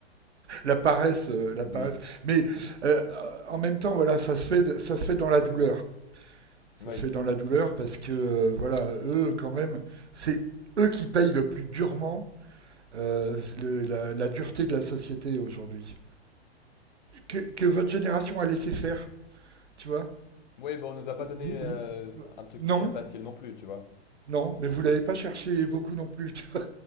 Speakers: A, on the right; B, on the left.
A: la paresse, euh, la
B: <laughs> Oui.
A: paresse. Mais euh, en même temps, voilà, ça se fait, ça se fait dans la douleur. Ça
B: Oui.
A: se fait dans la douleur parce que euh, voilà, eux quand même, c'est eux qui payent le plus durement euh, le- la, la dureté de la société aujourd'hui. Que, que votre génération a laissé faire, tu vois.
B: Oui, bon, on nous a pas donné
A: Vous-
B: euh,
A: vous- euh,
B: un truc
A: non,
B: très facile non plus, tu vois.
A: non, mais vous l'avez pas cherché beaucoup non plus, <laughs> tu vois